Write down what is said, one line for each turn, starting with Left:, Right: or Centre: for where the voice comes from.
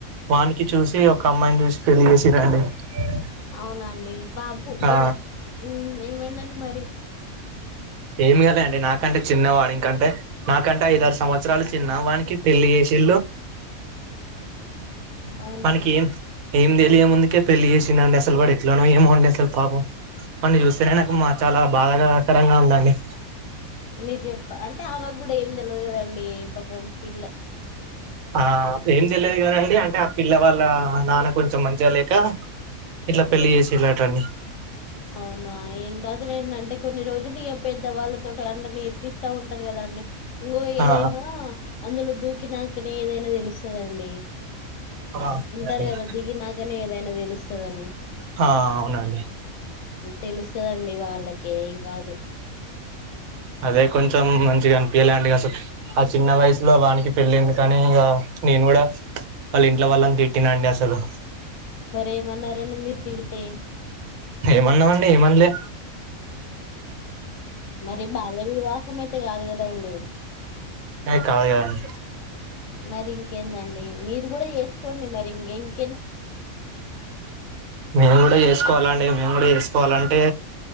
Right: వానికి చూసి ఒక అమ్మాయిని చూసి <unintelligible>
Left: అవునండి బాబు
Right: ఆ
Left: ఇవ ఇవడిండి మరి
Right: ఏమి కదండి నాకంటే చిన్నవాడు ఇంకంటే నాకంటే ఐదారు సంవత్సరాలు చిన్న వానికి పెళ్ళి చే
Left: అవునా
Right: <unintelligible> <unintelligible> ముందుకే పెళ్లి చేసిండు అండి అసలు ఎట్లనో ఏమో అండి అసలు పాపం వన్ని చూస్తేనే నాకు మా చాలా బాధాకరంగా వుందండి
Left: మీరు చెప్ప అంటే అమెకు కూడ ఏం తెలవదు కదండి పాపం పిల్ల
Right: ఆ ఏం తెలియదు కదండి అంటే ఆ పిల్ల వాళ్ళ నాన్న కొంచెం మంచిగా లేక ఇట్ల పెళ్లి చేసిర్రు అంట అండి
Left: అవునా ఏం కాదులేండి అంటే కొన్ని రోజులు ఇగ పెద్దవాళ్ళతో అండ నేర్పిస్ వస్తా ఉంటారు కదాండి ఇంగో ఏదైనా
Right: ఆ
Left: అందులో దూకి నాకనే ఏదైనా తెలుస్తదండి
Right: ఆ
Left: అంటారు కదా దిగి నాకనే ఏదైనా తెలుస్తది అని
Right: హ అవునండీ
Left: తెలుస్తదండి వాళ్ళకి ఏం కాదు
Right: అదే కొంచెం మంచిగా అనిపియలేదు అండి అసలు ఆ చిన్న వయసులో వానికి పెళ్ళి ఎందుకు అని ఇగ నేను కూడా వాళ్ళ ఇంట్లో వాళ్ళని తిట్టిన అండి అసలు
Left: మరి ఏమ్మనారు అండి తిడితే
Right: <unintelligible> ఏమన్లే
Left: మరి బాల్య వివాహం అయితే కాదు కదండీ
Right: ఏ కాదు కద
Left: మరి ఇంకేందండి మీరు కూడ చేసుకోండి మరి ఇంకేం
Right: నేను కూడ చేసుకోవాల అంటే నేను కూడ చేసుకోవాలంటే